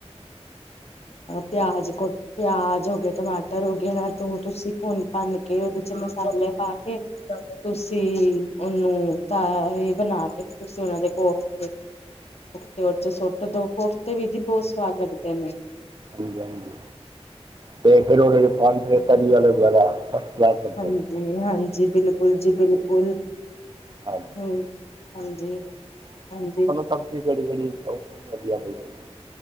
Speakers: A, on the left; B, on the right.
A: ਪਿਆਜ ਪਿਆਜ ਹੋ ਗਿਆ ਟਲਾਟਰ ਹੋ ਗਿਆ ਦੋ ਤੁਸੀਂ ਭੁੰਨ ਭੰਨ ਕੇ ਉਹਦੇ ਚ ਮਸਾਲੇ ਪਾ ਤੁਸੀਂ ਉਹਨੂੰ ਤਾ ਇਹ ਬਣਾ ਕੇ ਕੁਛ ਉਹਨਾਂ ਦੇ ਕੋਰਸ ਦੇ ਵਿੱਚ ਸੁੱਟ ਦੋ ਤੇ ਵੀਰਜੀ ਬਹੁਤ ਸਵਾਦ ਲੱਗਦੇ ਨੇ
B: ਹਾਂਜੀ ਹਾਂਜੀ ਤੇ ਫਿਰ ਉਹਨੇ ਤਾਹੀਂ ਫਿਰ ਤਰੀ ਵਾਲੇ ਜ਼ਿਆਦਾ ਫਸਕਲਾਸ ਬਣਦੇ
A: ਹਾਂਜੀ
B: ਨੇ
A: ਹਾਂਜੀ ਬਿਲਕੁੱਲ ਜੀ ਬਿਲਕੁੱਲ
B: ਹਾਂ ਜੀ
A: ਹਮ ਹਾਂਜੀ ਹਾਂਜੀ
B: ਸਭ ਵੀ ਘੱੜੀ ਘੱੜੀ ਵਧੀਆ ਹੋਈ ਜਾਂਦੀ